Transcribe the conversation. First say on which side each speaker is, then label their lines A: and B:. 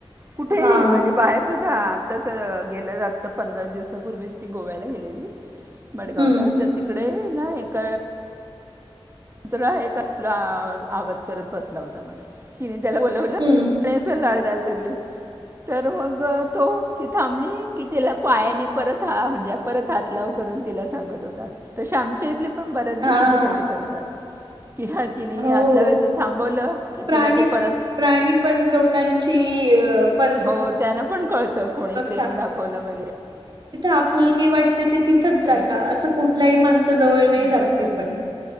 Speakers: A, on the right; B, on the right.
A: कुठेही
B: हां.
A: बाहेर सुद्धा आताच गेलं आता पंधरा दिवसापूर्वीच ती गोव्याला गेलेली मडगावला
B: हं.
A: तर तिकडे ना एक कत्र एच आवाज करत बसला होता म्हणा ति त्याला बोलावलंच
B: हं.
A: लाड द्यायला लागली तर मग तो ती थांबली कि तिला पायाने परत हा म्हणजे परत हात लाव करून तिला सांगत होता तसे आमच्या इथले पण बऱ्याच
B: हां.
A: दे तिले तज करतात की हा तिने
B: हो
A: हात लावायचं थांबवलं की
B: प्राणी
A: तिला ते परत
B: प्राणी पण लोकांची ओ
A: हो त्यानं पण कळतं कोणी प्रेम
B: तथ
A: दाखवलं वगैरे
B: आपुलकीे वाटते ते तिथंच जात
A: आणि
B: असं कुठल्याही माणसा जवळ नाही जाते
A: बरोबर
B: पण